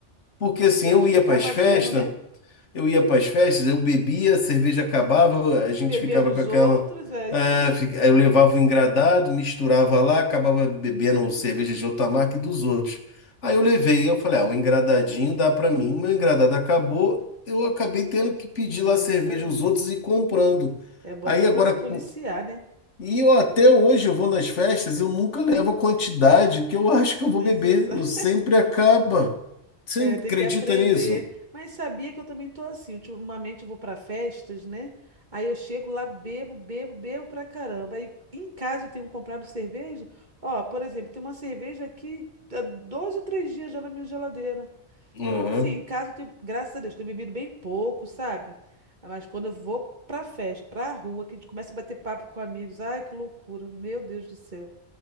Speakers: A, on the left; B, on the right.
A: Porque, assim,
B: A
A: eu
B: gente
A: ia
B: acaba
A: para as festas.
B: vendo, né?
A: Eu ia para as festas, eu bebia, a cerveja acabava,
B: A
A: a
B: gente
A: gente
B: beber
A: ficava
B: dos
A: com aquela.
B: outros, é isso
A: ah,
B: aí.
A: fi- aí eu levava o engradado, misturava lá, acabava bebendo cerveja de outra marca e dos outros. Aí eu levei, eu falei, ah, o engradadinho dá para mim. Meu engradado acabou, eu acabei tendo que pedir
B: É
A: lá cerveja
B: isso aí.
A: aos outros e comprando.
B: É bom
A: Aí
B: até
A: agora.
B: para se policiar,
A: cu-
B: né?
A: E eu até hoje eu vou nas festas, eu nunca levo a quantidade que eu acho que eu vou
B: Necessário.
A: beber, eu sempre acaba. Você
B: É, tem
A: acredita
B: que aprender.
A: nisso?
B: Mas sabia que eu também tô assim. Ultimamente eu vou para festas, né? Aí eu chego lá, bebo, bebo, bebo pra caramba. Aí em casa eu tenho comprado cerveja. Ó, por exemplo, tem uma cerveja aqui há dois ou três dias já na minha geladeira.
A: Uhum.
B: Então, assim, em casa eu tenho, graças a Deus, tenho bebido bem pouco, sabe? Mas quando eu vou pra festa, pra rua, que a gente começa a bater papo com amigos, ai, que loucura. Meu Deus do céu.